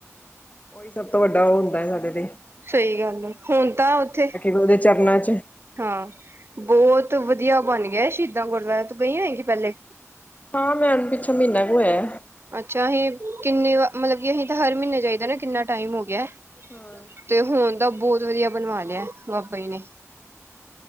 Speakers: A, on the left; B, on the right.
A: ਉਹੀ ਸਭ ਤੋਂ ਵੱਡਾ ਉਹ ਹੁੰਦਾ ਐ ਸਾਡੇ ਤੇ।
B: ਸਹੀ ਗੱਲ ਏ ਹੁਣ ਤਾਂ ਉੱਥੇ,
A: ਉਹਦੇ ਚਰਨਾਂ ਚ
B: ਹਾਂ ਬਹੁ ਵਧੀਆ ਬਣ ਗਿਆ ਸ਼ਹੀਦਾਂ ਗੁਰਦਆਰਾ ਤੋਂ ਗਈ ਹੋਏਗੀ ਪਹਿਲੇ।
A: ਹਾਂ ਮੈਨੂੰ ਪਿੱਛੋ ਮਹੀਨਾ ਕੁ ਹੋਇਆ।
B: ਅੱਛਾ ਅਸੀਂ ਕਿੰਨੇ ਮਤਲਬ ਕੀ ਅਸੀਂ ਤਾਂ ਹਰ ਮਹੀਨੇ ਜਾਈ ਦਾ ਨਾ ਕਿੰਨਾ ਟਾਈਮ ਹੋ ਗਿਆ।
A: ਹਾਂ
B: ਤੇ ਹੁਣ ਤਾਂ ਬਹੁਤ ਵਧੀਆ ਬਣਵਾ ਲਿਆ ਬਾਬਾ ਜੀ ਨੇ।